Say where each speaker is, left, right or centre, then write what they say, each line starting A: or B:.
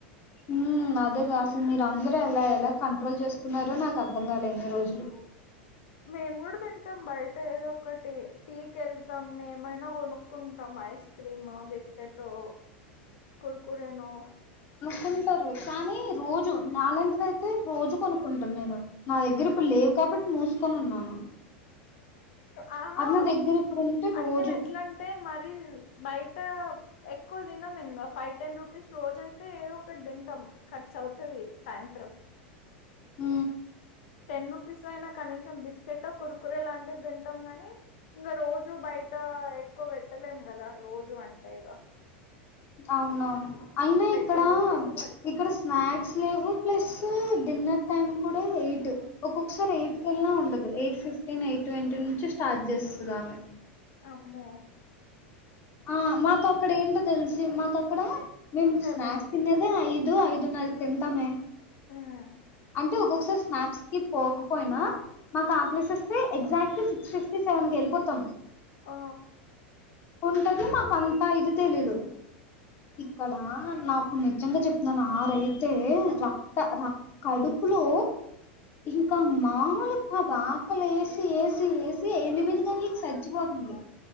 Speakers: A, on the left; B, on the left.
A: హ్మ్ అదేగాసల్ మీరు అందరుూ ఎలా ఎలా కంట్రోల్ చేసుకున్నారో నాకు అర్ధం కాల ఇన్నిరోజులు
B: మేము కూడా తింటాం బయట ఏదో ఒకటి టీకెళ్తామ్ మేమైనా కొనుక్కుంటాం ఐస్ క్రీమ బిస్కెటో కుర్కురేనో
A: తింటారు కానీ రోజు నాలాంటిదైతే రోజు కొనుకుంటను నేను నా దగ్గర ఇప్పుడు లేవు కా కాబట్టి మూసుకొని ఉన్నాను
B: ఆహా
A: అది నా దగ్గర ఇప్పుడు ఉంటే
B: అంటే
A: రోజు
B: ఎట్లా అంటే మరి బయట ఎక్కువ తినం ఇంకా ఫైవ్ టెన్ రూపీస్ రోజ అయితే ఏదో ఒకటి తింటాం ఖర్చ అవుతుది సాయం త్రం
A: ఉ
B: టెన్ రూపీస్ అయినా కనీసం బ ట్ట కురకుర లాంటివి తింటాం గాని ఇంకా రోజు బయట ఎక్కువ పెట్టలేం కదా రోజు అంతేగా
A: అవునవును అయినా ఇక్కడ
B: టెన్ రూపీసే పెడతాం
A: ఇక్కడ స్నాక్స్ లేవు ప్లస్ డిన్నర్ టైం కూడా ఎయిట్ ఒక్కొక్కసారి ఎయిట్ కెళ్నా ఉండదు ఎయిట్ ఫిఫ్టీన్ ఎయిట్ ట్వంటీ నుంచి స్టార్ట్ చేస్త తది అమె
B: ఆమ్మో
A: ఆ మాకు అక్కడ ఏంటో తెలుసు మాకు అక్కడ మేము
B: సెవెన్
A: స్నాక్స్ తినేదే ఐదు ఐదున్నరా కి తింటామే
B: మ్మ్
A: అంటే ఒక్కొక్కసారి స్నాప్స్ కకి పోక్ పోయినా మాకు ఆ క్లేస్ ఇస్తే ఎగ్జాక్ట్ సిక్స్ ఫిఫ్టీ సెవెన్ కి వెళ్ళిపోతాం
B: ఆ
A: ఉంటది మాకు అంతా ఇది తెలీదు ఇక్కడ నాకు నిజంగా చెప్తున్నాను ఆ రైతే రక్త రక్ కడుపు పులో ఇంకా మాముూలు కాదు ఆకలి వేసి వేసి వేసి ఎనిమిదిగానీ నకు సచ్చిపోతు ఉ